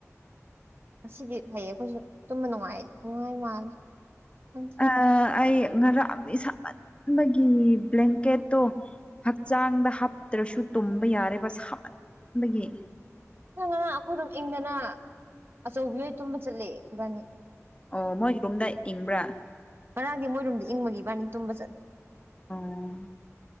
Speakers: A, on the right (about 45°); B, on the left (about 20°).
A: ꯉꯁꯤꯗꯤ ꯐꯩꯌꯦ ꯑꯩꯈꯣꯏꯁꯨ ꯇꯨꯝꯕ ꯅꯨꯡꯉꯥꯏ ꯅꯨꯡꯉꯥꯏ ꯃꯥꯜꯂꯦ ꯈꯪꯗꯦ
B: ꯑ ꯑꯩ ꯉꯔꯥꯡꯅꯤ ꯁꯥꯃꯟ ꯒꯤ ꯕ꯭ꯂꯦꯡꯀꯦꯠꯇꯣ ꯍꯛꯆꯥꯡꯗ ꯍꯥꯞꯇ꯭ꯔꯁꯨ ꯇꯨꯝꯕ ꯌꯥꯔꯦ ꯕꯁ ꯒꯤ
A: ꯅ ꯉꯔꯥꯡ ꯑꯩꯈꯣꯏ ꯑꯗꯨꯝ ꯏꯪꯗꯅ ꯑꯆꯧꯕꯤꯏ ꯇꯨꯝꯕ ꯆꯠꯂꯦ ꯏꯕꯥꯅꯤ
B: ꯑꯣ ꯃꯣꯏꯒꯤ ꯔꯣꯝꯗ ꯏꯪꯕ꯭ꯔꯥ
A: ꯉꯔꯥꯡꯗꯤ ꯃꯣꯏꯔꯣꯝꯗ ꯏꯪꯕꯒꯤ ꯏꯕꯥꯅꯤ ꯇꯨꯝꯕ ꯆꯠꯂꯤ
B: ꯑꯥ